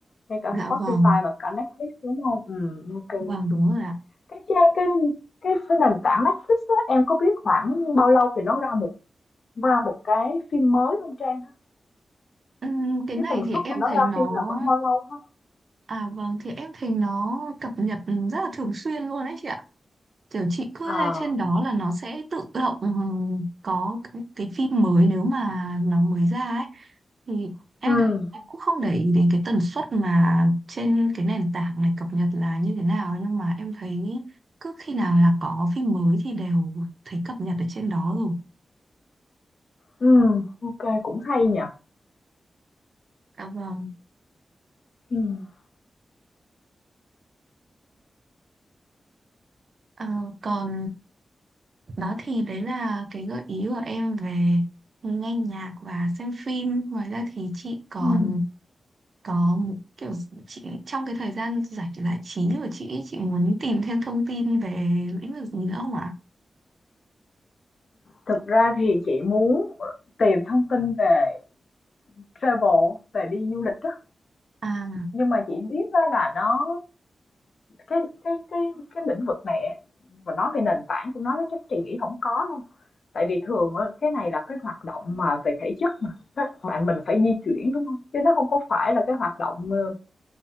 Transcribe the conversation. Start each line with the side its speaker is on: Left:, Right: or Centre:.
Left: Ngay cả
Right: Dạ
Left: Spotify
Right: vâng,
Left: và cả Netflix, đúng không? Ừm, ok
Right: vâng đúng rồi ạ.
Left: Cái trang cái cái cái nền tảng Netflix á, em có biết khoảng bao lâu thì nó ra một ra một cái phim mới không Trang
Right: Ừm, cái
Left: Cái
Right: này
Left: tần suất
Right: thì em
Left: mà nó
Right: thấy
Left: ra
Right: nó
Left: phim là khoảng bao lâu ha?
Right: À vâng thì em thấy nó cập nhật rất là thường xuyên luôn ấy chị ạ. kiểu chị cứ
Left: à
Right: lên trên đó là nó sẽ tự động ừ, có cái, cái phim mới nếu mà nó mới ra ấy thì em
Left: ừm,
Right: thấy em cũng không để ý đến cái tần suất mà trên cái nền tảng này cập nhật là như thế nào nhưng mà em thấy cứ khi nào là có phim mới thì đều thấy cập nhật ở trên đó rồi
Left: ừm, ok cũng hay nhỉ?
Right: Dạ vâng.
Left: Ừm,
Right: Ờ, còn đó thì đấy là cái gợi ý của em về nghe nhạc và xem phim. Ngoài ra thì chị còn
Left: ừm.
Right: có một kiểu chị trong cái thời gian giải giải trí của chị ý, chị muốn tìm thêm thông tin về lĩnh vực gì nữa không ạ?
Left: Thực ra thì chị muốn, ờ, tìm thông tin về travel, về đi du lịch á,
Right: À,
Left: nhưng mà chị biết á là nó cái cái cái cái lĩnh vực này á, mà nói về nền tảng của nó nó chắc chị nghĩ không có đâu. Tại vì thường á, cái này là cái hoạt động mà về thể chất mà, các bạn mình phải di chuyển, đúng không Chứ nó không có phải là cái hoạt động, ờ,